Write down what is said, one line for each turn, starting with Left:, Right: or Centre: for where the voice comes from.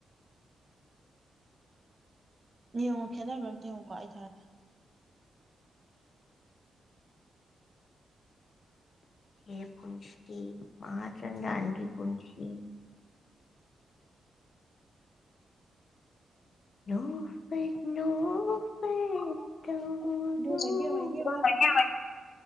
Right: ꯌꯦꯡꯉꯣ ꯈꯦꯠꯅꯕ꯭ꯔꯥ ꯑꯝꯇ ꯌꯦꯡꯉꯣ ꯒꯣ ꯑꯩ ꯊꯥꯔꯛꯒꯦ
Left: ꯍꯦ ꯄꯨꯟꯁꯤ ꯃꯥꯍꯤꯆꯥꯟꯗꯥꯜꯒꯤ ꯄꯨꯟꯁꯤ ꯄꯅꯨ <inaudible> ꯐꯦ ꯇꯗꯨꯣ
Right: ꯏꯕꯦꯝꯃ ꯏꯕꯦꯝꯃ
Left: <inaudible>
Right: ꯏꯕꯦꯝꯃ